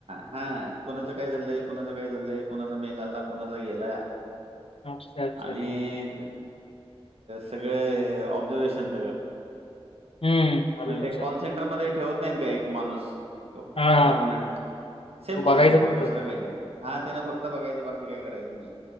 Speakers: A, on the right (about 75°); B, on the left (about 65°).
A: हा कुणाचं काय चालंय कुणाचं काय चाललंय कुणाचा मेल आला कुणाचा गेला.
B: अच्छा अच्छा
A: आणि
B: अच्छा
A: सगळे ऑब्झर्वेशन सगळं
B: हम्म आलं
A: मग ते
B: लक्षात
A: कॉल सेंटरमध्ये ठेवत नाहीत का एक माणूस.
B: हा हा
A: पर्मनंट सेम
B: तू
A: कॉल
B: बघायचं
A: सेंटर
B: फक्त
A: दुसरा काही नाही हा त्यांना फक्त बघायचं बाकी काय करायचं नाही